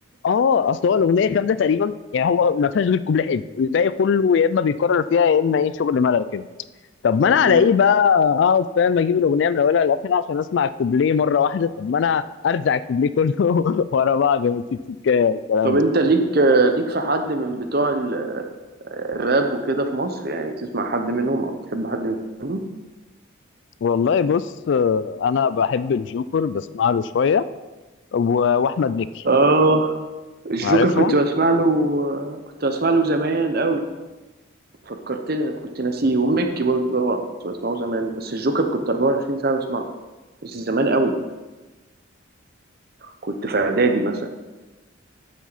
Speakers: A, on the left (about 60°); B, on the right (about 45°).
A: اه اصل هو الاغنيه كامله تقريبا يعني هو ما فيهاش غير كوبليه حلو الباقي كله يا اما بيكرر فيها يا اما ايه شغل ملل كده طب ما انا على
B: <laughs> مم.
A: ايه بقى اقعد فاهم اجيب الاغنيه من اولها لاخرها عشان اسمع الكوبليه مره واحده طب ما انا ارزع الكوبليه كله <laughs> ورا بعض من تيك تيك الكلام
B: طب أنت
A: ده
B: ليك ليك في حد من بتوع ال- الراب وكده في مصر يعني تسمع حد منهم أو تحب حد منهم؟
A: والله بص آه، انا بحب الجوكر بسمع له شويه و- واحمد مكي
B: آه الجوكر
A: عارفهم
B: كنت بسمع له كنت بسمع له زمان قوي فكرتني أنا كنت ناسيه وميكي برضه طبعا كنت بسمعه زمان بس الجوكر كنت 24 ساعة بسمعه بس زمان قوي كنت في إعدادي مثلا